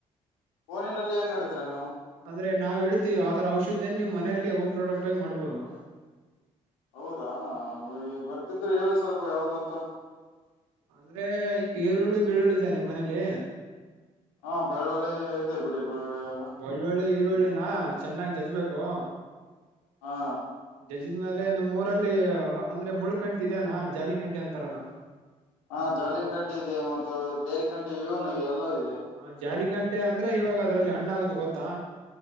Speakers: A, on the left; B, on the right.
A: ಫೋನಿನಲ್ಲಿ ಹೆಂಗ ನಿಡತೀರಾ ನೀವು
B: ಅಂದ್ರೆ ನಾವ್ ಹೇಳ್ತಿವಿ ಆ ತರಾ ಔಷಧಿಯನ್ ನೀವು ಮನೆಲ್ಲೇ ಓಮ್ ಪ್ರಾಡಕ್ಟ್ ಆಗಿ ಮಾಡಬಹದು
A: ಹೌದಾ ಬರ್ತಿದ್ರೆ ಹೇಳಿ ಸ್ವಲ್ಪ ಯಾವದಂತಾ
B: ಅಂದ್ರೆ ಈರುಳ್ಳಿ ಬೆಳ್ಳುಳ್ಳಿದಾನೆ ಮನೇಲಿ
A: ಹಾ ಬೆಳ್ಳುಳ್ಳಿ ಇದೆ ಬಿಡಿ ಬೆಳ್ಳುಳ್ಳಿ ಎಲ್ಲಾ
B: ಬಳ್ಳೋಳ್ಳಿ ಈರುಳ್ಳಿನ ಚೆನ್ನಾಗ್ ಜಜ್ಬೇಕು
A: ಹಾ
B: ಜಜಿದ್ ಮೇಲೆ ನಿಮ್ ಊರಲ್ಲಿ ಅಂದ್ರೆ ಮುಳ್ಕಂಟಿ ಇದೇನಾ ಜಾಲಿಕಂಠಿ ಅಂತಾರಲ್ಲಾ <inaudible>
A: ಹಾ ಜಾಲಿನ್ ಕಟ್ಟಿ ಇದೆ ಮತ್ತು ಬೇರೆ ಕಂಟಿ ಇವನು ಇದೆ ಎಲ್ಲೂ ಇವೇ
B: ಹ ಜಾಲಿಕಂಟೆ ಅಂದ್ರೆ ಇವಾಗ ಅದ್ರಲ್ಲಿ ಹಣ್ಣ ಆಗತ್ ಗೊತ್ತಾ